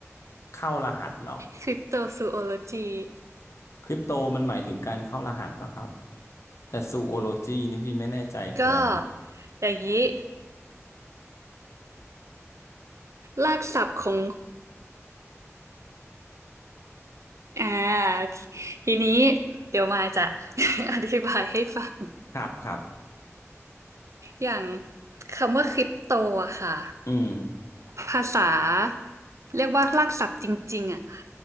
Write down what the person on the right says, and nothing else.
คริปโตซูโอโลจี
ก็อย่างนี้รากศัพท์ของอ่าทีนี้เดี๋ยวมายจะ <laughs> อธิบายให้ฟัง
อย่างคำว่าคริปโตอะค่ะ
ภาษาเรียกว่ารากศัพท์จริงๆอะ